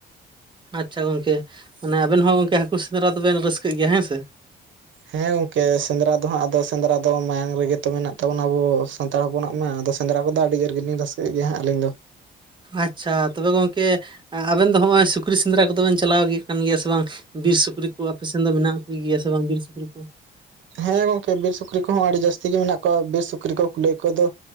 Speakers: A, on the right (about 25°); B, on the right (about 70°).
A: ᱟᱪᱪᱷᱟ ᱜᱚᱝᱠᱮ ᱢᱟᱱᱮ ᱟᱵᱮᱱ ᱦᱚᱸ ᱜᱚᱝᱠᱮ ᱦᱟᱹᱠᱩ ᱥᱮᱸᱫᱽᱨᱟ ᱫᱚᱵᱮᱱ ᱨᱟᱹᱥᱠᱟᱹᱜ ᱜᱮᱭᱟ ᱦᱮᱸ ᱥᱮ ᱾
B: ᱦᱮᱸ ᱜᱚᱝᱠᱮ ᱥᱮᱸᱫᱽᱨᱟ ᱫᱚ ᱦᱟᱸᱜ ᱥᱮᱸᱫᱽᱨᱟ ᱫᱚ ᱢᱟᱭᱟᱝ ᱨᱮᱜᱮ ᱛᱚ ᱢᱮᱱᱟᱜ ᱛᱟᱵᱚᱱᱟ ᱟᱵᱚ ᱥᱟᱱᱼᱼᱼ ᱛᱚᱲ ᱦᱚᱯᱚᱱᱟᱜ ᱢᱟ ᱫᱚ ᱥᱮᱸᱫᱽᱨᱟ ᱠᱚᱫᱚ ᱟᱰᱤᱡᱳᱨ ᱜᱮᱞᱤᱧ ᱨᱟᱹᱥᱠᱟᱹᱜ ᱜᱮᱭᱟ ᱦᱟᱸᱜ ᱟᱹᱞᱤᱧ ᱫᱚ ᱾
A: ᱟᱪᱪᱷᱟ ᱛᱚᱵᱮ ᱜᱚᱝᱠᱮ ᱟᱵᱮᱱ ᱫᱚ ᱦᱚᱸᱜᱼᱚᱭ ᱥᱩᱠᱨᱤ ᱥᱮᱸᱫᱽᱨᱟ ᱠᱚᱫᱚᱵᱮᱱ ᱪᱟᱞᱟᱣ ᱜᱮ ᱠᱟᱱ ᱜᱮᱭᱟ ᱥᱮ ᱵᱟᱝ, ᱵᱤᱨ ᱥᱩᱠᱨᱤ ᱠᱚ ᱟᱯᱮ ᱥᱮᱱ ᱫᱚ ᱢᱮᱱᱟᱜ ᱠᱚ ᱜᱮᱭᱟ ᱥᱮ ᱵᱟᱝ ᱵᱤᱨ ᱥᱩᱠᱨᱤ ᱠᱚ ᱾
B: ᱦᱮᱸ ᱜᱚᱝᱠᱮ ᱵᱤᱨ ᱥᱩᱠᱨᱤ ᱠᱚᱦᱚᱸ ᱟᱹᱰᱤ ᱡᱟᱹᱥᱛᱤ ᱜᱮ ᱢᱮᱱᱟᱜ ᱠᱚᱣᱟ ᱵᱤᱨ ᱥᱩᱠᱨᱤ ᱠᱚ ᱠᱩᱞᱟᱹᱭ ᱠᱚᱫᱚ,